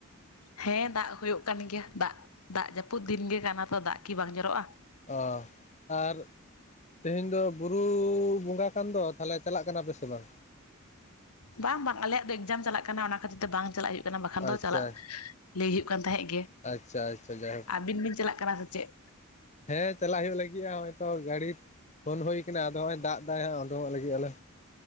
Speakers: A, on the left; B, on the left.
A: ᱦᱮᱸ ᱫᱟᱜ ᱦᱩᱭᱩᱜ ᱠᱟᱱ ᱜᱮᱭᱟ ᱫᱟᱜ ᱫᱟᱜ ᱡᱟᱹᱯᱩᱫ ᱫᱤᱱ ᱜᱮ ᱠᱟᱱᱟ ᱛᱚ᱾ ᱫᱟᱜ ᱠᱤ ᱵᱟᱝ ᱡᱚᱨᱚᱜᱼᱟ?
B: ᱚ ᱟᱨ <unintelligible> ᱛᱮᱦᱮᱧ ᱫᱚ ᱵᱩᱻᱨᱩ ᱵᱚᱸᱜᱟ ᱠᱟᱱ ᱫᱚ᱾ ᱛᱟᱦᱚᱞᱮ ᱪᱟᱞᱟᱜ ᱠᱟᱱᱟ ᱯᱮ ᱥᱮ ᱵᱟᱝ?
A: ᱵᱟᱝ ᱵᱟᱝ ᱟᱞᱮᱭᱟᱜ ᱫᱚ ᱮᱠᱡᱟᱢ ᱪᱟᱞᱟᱜ ᱠᱟᱱᱟ ᱚᱱᱟ ᱠᱷᱟᱹᱛᱤᱨ ᱛᱮ ᱵᱟᱝ ᱪᱟᱞᱟᱜ ᱦᱩᱭᱩᱜ ᱠᱟᱱᱟ᱾ ᱵᱟᱠᱷᱟᱱ ᱫᱚ
B: ᱟᱪᱪᱷᱟ
A: ᱪᱟᱞᱟᱜ <unintelligible> ᱞᱟᱹᱭ ᱦᱩᱭᱩᱜ ᱠᱟᱱ ᱛᱟᱦᱮᱸᱜ ᱜᱮ
B: ᱟᱪᱪᱷᱟ ᱟᱪᱪᱷᱟ ᱡᱟᱭᱦᱳᱠ
A: ᱟᱹᱵᱤᱱ ᱵᱤᱱ ᱪᱟᱞᱟᱜ ᱠᱟᱱᱟ ᱥᱮ ᱪᱮᱫ?
B: ᱦᱮᱸ ᱪᱟᱞᱟᱜ ᱦᱩᱭᱩᱜ ᱞᱟᱹᱜᱤᱜᱼᱟ᱾ ᱦᱚᱭ ᱛᱚ ᱜᱟᱹᱲᱤ <unintelligible> ᱯᱷᱳᱱ ᱦᱩᱭ ᱠᱟᱱᱟ ᱟᱫᱚ ᱦᱚᱸᱜ-ᱚᱭ ᱫᱟᱜ ᱮᱫᱟᱭ ᱦᱟᱸᱜ ᱚᱰᱚᱝᱚᱜ ᱞᱟᱹᱜᱤᱫ ᱟᱞᱮ